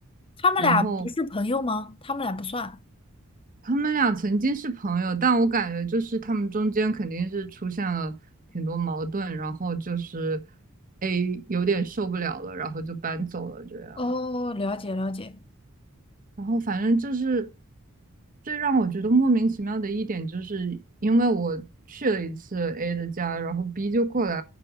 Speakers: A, on the left; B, on the right.
A: 他们俩不是朋友吗？
B: 然后
A: 他们俩不算。
B: 他们俩曾经是朋友，但我感觉就是他们中间肯定是出现了挺多矛盾，然后就是 A 有点受不了了，然后就搬走了这样。
A: 哦，了解了解。
B: 然后反正就是最让我觉得莫名其妙的一点，就是因为我去了一次 A 的家，然后 B 就过来